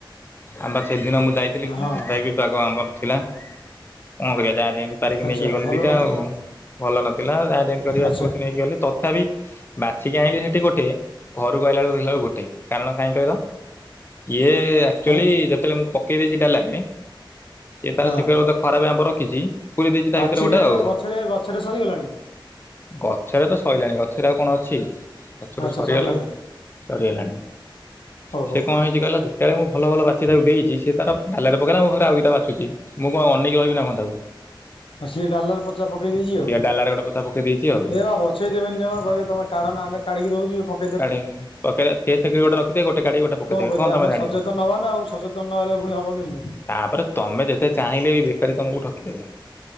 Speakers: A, on the left (about 25°); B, on the left (about 80°).
A: ଆମ୍ବା ସେଦିନ ମୁଁ ଯାଇଥିଲି କିଊନ୍ତ
B: ହଁ
A: ତଥାପି ବିି ବାଗ ଆମ୍ବ ନଥିଲା। କଣ କରିବା ଯାହା ଯେନ୍ତି ପାରିକି
B: ଆଚ୍ଛା
A: ନେଇକି ଗଲି
B: ଭଲ
A: ଦିଟା
B: ନଥିଲା
A: ଆଉ। ଭଲ ନଥିଲା ଯାହା ଯେମତି କରି ବାଛି
B: ଆଚ୍ଛା
A: ବୁଛି ନେଇକି ଗଲି ତଥାପି ସିକି ଆଇଁଲି ସେଠି ଗୋଟେ ଘରୁକୁ ଆଇଲା ଅଳୁକୁ ଦେଖିଲା ଅଳୁକୁ ଗୋଟେ କାରଣ କାଇଁ କହିଲ ଇଏ ଆକ୍ଚୁଆଲି
B: କାଇଁ
A: ଯେତୋଳେ ମୁଁ ପକେଇ ଦେଇଚି ଡାଲାରେ ସିଏ ତାର
B: ହଁ
A: ସେଥିରେ ବୋଧେ ଖରାପ ଆମ୍ବ ରଖିଚି ପୁରେଇ ଦେଇଚି
B: ପାଚିକି
A: ତା ଭିତରେ ଗୋଟେ
B: ଆଣିଲ
A: ଆଉ।
B: ଗଛରେ ଗଛରେ ସରିଗଲାଣି କି?
A: ଗଛରେ ତ ସଇଲାଣି ଗଛରେ ଆଉ କଣ ଅଛି? ଅଛରେ
B: ଆଚ୍ଛା
A: ସରିଗଲା
B: ସରିଗଲାଣି
A: ସରିଗଲାଣି
B: ଓହୋ
A: ସେ କଁ କଁ ହେଇଚି କହିଲ ଯେତେଳେ ମୁଁ ଭଲ ଭଲ ବାଛି ତାକୁ ଦେଇଚି ସେ ତାର ଡାଲରେ ପକେଇଲା ମୁଁ ମୋ ପାଖୁରୁ ଆଉ ଦିଟା ବାଛୁଚି ମୁଁ କଁ ଅନେଇକି ରହିବିନା କଁ ତାକୁ?
B: ଆ ସିଏ ଡାଲରେ ପଚା ପକେଇ ଦେଇଚି
A: ସିଏ
B: ଆଉ
A: ଡାଲାରେ ଗୋଟେ ପଚା ପକେଇ ଦେଇଛି ଆଉ।
B: ଏ ବା ବ ସେଇ ଦେବେନି ଜମା କହିବେ ତମେ କାଢ଼ନା ଆମେ କଢ଼ିକି ଦଉଚୁ ଏ ପ
A: କାଢ଼ି ପକେଇଲା ସିଏ ସେଥିରୁ ଗୋଟେ ରଖିଦେଇ ଗୋଟେ କାଢି଼ ଗୋଟେ ପକେଇଦେବେ
B: କୁ କରିବା
A: କଣ ତମେ
B: ଆମେ
A: ଜାଣିବ
B: ସଚେତନ ହବା ନାଁ ଆଉ ସଚେତନ ନହଲେ ପୁଣି ହବ କେମିତି?
A: ତାପରେ ତମେ ଯେତେ ଚାହିଁଲେ ବି ଭିକାରୀ ତମୁକୁ ଠକିଦେବେ।